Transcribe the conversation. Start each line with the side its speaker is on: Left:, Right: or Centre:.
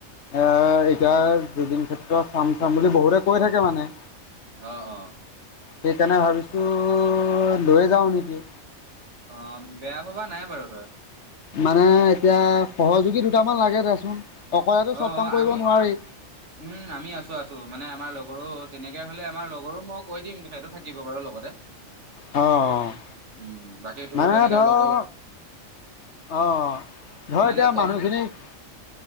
Left: এ এতিয়া জদিন ক্ষেত্ৰ চাম চাম বুলি বহুতে কৈ থাকে মানে।
Right: অ' অ'
Left: সেইকাৰণে ভাবিছো লৈয়ে যাও নেকি।
Right: অ'বেয়া ভবা নাই বাৰু তই।
Left: মানে এতিয়া সহযোগী দুটামান লাগে দেচোন। অকলেতো
Right: অ'
Left: চব কাম
Right: অ'
Left: কৰিব
Right: আমি
Left: নোৱাৰি
Right: উম, আমি আছো আছো মানে আমাৰ লগৰো তেনেকে হলে আমাৰ লগৰো মই কৈ দিম সেইটো থাকিব বাৰু লগতে।
Left: অ'।
Right: উম। বাকী তোৰ
Left: মানে
Right: তেনেকে
Left: ধৰ
Right: লগৰ
Left: অ' ধৰ
Right: মানে
Left: এতিয়া
Right: কম
Left: মানুহখিনিক